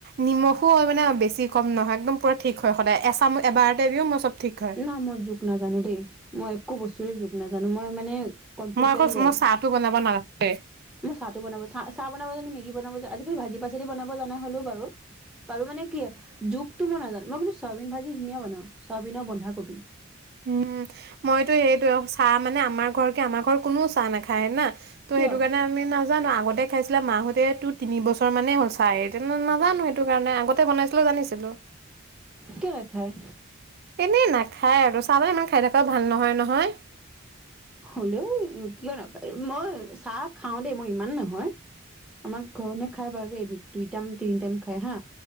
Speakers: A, on the right (about 50°); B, in the centre.
A: নিমখ হয় মানে বেছি কম নহয় একদম পৰা ঠিক হয় সদায় এচাম এবাৰতে মই চব ঠিক হয়
B: উম ন মই জোখ নাজানো দেই মই একো বস্তুৰে জোখ নাজানো জানো মই মানে কনফিউজ
A: মই আকৌ
B: লাগি যায়
A: মই চাহটো বনাব নাজানো দেই
B: মই চাহটো বনাব চাহ চাহ বনাব জানো মেগী বনাবো আজি কিন্তু ভাজি পাচলি বনাব জনা হ'লোও বাৰু আৰু মানে কি যু তই নাজান মই বোলোঁ চয়াবিন ভাজি ধুনীয়া বনাওঁ চয়াবিনে বনা হয় কবি
A: উম মইতো সেইটো চাহ মানে আমাৰ ঘৰকে আমাৰ ঘৰ কোননেও চাহ নাখায় না ত'
B: কিয়
A: সেইটো কাৰণে আমি নাজানো আগতে খাইছিলে মাহ এ তোৰ তিন বছৰ মানেই হ'ল চাই তেনে নাজানো সেইটো কাৰণে আগতে বনাইছিলো জানিছিলো।
B: কিয় নাখায়?
A: এনেই নাখায় আৰু চাউল ইমান খাই থকাও ভাল নহয় নহয়।
B: হ'লেও কিয় <unintelligible> মই চাহ খাওঁ দেই মই ইমান নহয়। আমাৰ ঘৰ নে খাই বাৰু দেই দুই টাইম, তিনি টাইম খাই হা